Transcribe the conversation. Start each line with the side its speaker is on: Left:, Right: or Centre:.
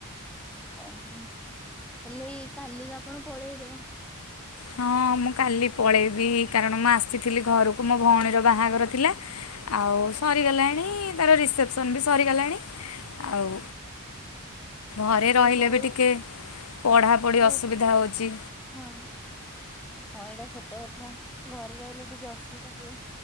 Centre: ଓଃ ହେଲେ କାଲି ଆପଣ ପଳେଇବେ?
Left: ହଁ ମୁଁ କାଲି ପଳେଇବି କାରଣ ମୁଁ ଆସିଥିଲି ଘରକୁ ମୋ ଭଉଣୀର ବାହାଘର ଥିଲା ଆଉ ସରିଗଲାଣି ତାର ରିସେପସନ୍ ବି ସରିଗଲାଣି ଆଉ ଘରେ
Centre: ହେଲେ
Left: ରହିଲେ
Centre: ବହୁତ
Left: ବି ଟିକେ ପଢ଼ାପଢ଼ି
Centre: ବହୁତ
Left: ଅସୁବିଧା ହେଉଛି
Centre: ହଁ ହଁ, ଏଇଟା ସତ କଥା! ଘରେ ରହିଲେ ଟିକେ ଅସୁବିଧା ହୁଏ।